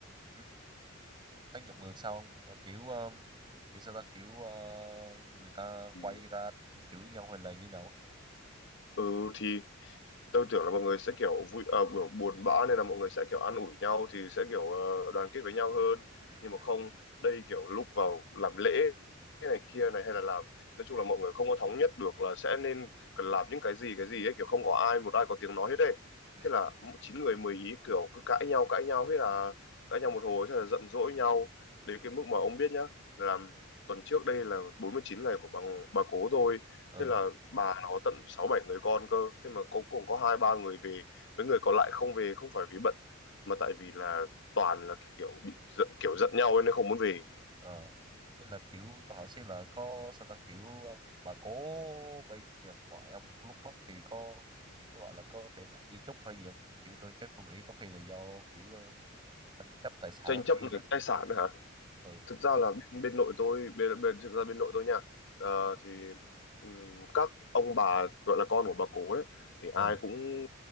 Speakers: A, on the right; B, on the left.
A: ừ. đánh giọng ngược sao không Ờ, kiểu ờ, kiểu sao ta kiểu ờ, người ta
B: thì
A: quay ra chửi nhau hay là như nào
B: ừ thì tôi tưởng là mọi người sẽ kiểu vui à, kiểu buồn bã nên là mọi người sẽ kiểu an ủi nhau thì sẽ kiểu ờ, đoàn kết với nhau hơn
A: ừ,
B: nhưng mà không đây kiểu lúc vào làm lễ cái này kia này hay là làm nói chung là mọi người không có thống nhất được là sẽ nên cần làm những cái gì cái gì ấy kiểu không có ai một ai có tiếng nói hết đấy
A: ừ,
B: thế là chín người mười ý kiểu cứ cãi nhau cãi nhau hết là cãi nhau một hồi thế là giận dỗi nhau đến cái mức mà ông biết nhá là tuần trước đây là 49 ngày của bà bà cố tôi
A: ừ,
B: thế là bà nó có tận sáu bảy người con cơ thế mà cuối cùng có hai ba người về mấy người còn lại không về không phải vì bận mà tại vì là toàn là kiểu bị giận kiểu giận nhau ấy, nên không muốn về
A: ờ thế là kiểu tôi hỏi xem là có sao ta kiểu ờ, bà cố bên nhà ngoại ông lúc mất thì có có gọi là có để lại di chúc hay gì không kiểu tôi chắc tôi nghĩ có khi là do kiểu ờ, tranh chấp tài sản
B: tranh chấp
A: hay gì đó
B: về tài sản hả
A: ừ
B: thực ra là bên, bên nội tôi bên, bên thực ra bên nội tôi nha ờ, thì ừm, các ông bà gọi là con của bà cố đấy thì ai
A: ừ
B: cũng